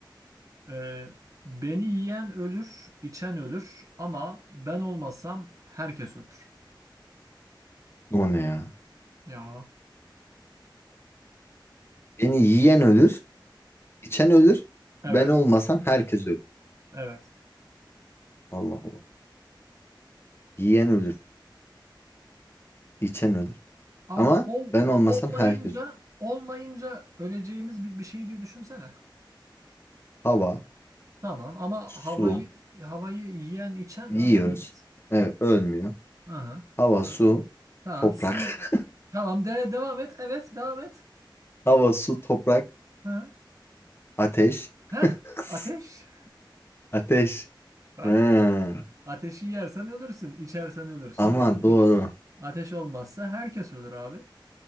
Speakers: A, on the right; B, on the left.
A: Ee, beni yiyen ölür, içen ölür ama ben olmasam herkes ölür.
B: O ne ya?
A: Ya
B: Beni yiyen ölür, içen ölür.
A: evet,
B: Ben olmasam herkes ölür.
A: evet.
B: Allah Allah. Yiyen ölür, içen ölür.
A: Abi
B: Ama
A: ol,
B: ben olmasam
A: olmayınca
B: herkes ölür.
A: olmayınca öleceğimiz bir, bir şey diye düşünsene.
B: Hava,
A: Tamam ama
B: su,
A: havayı havayı yiyen içen
B: yiyoruz.
A: ö- ölmez.
B: Evet, ölmüyor.
A: Aha.
B: Hava, su,
A: Tamam
B: toprak.
A: su. Tamam de devam et. Evet devam et.
B: Hava, su, toprak,
A: Ha.
B: ateş. <laughs>
A: Heh, ateş.
B: Ateş.
A: <laughs> Tabii.
B: Ha.
A: Ateşi yersen ölürsün. içersen ölürsün.
B: Ama
A: E, ateş.
B: doğru.
A: Ateş olmazsa herkes ölür abi.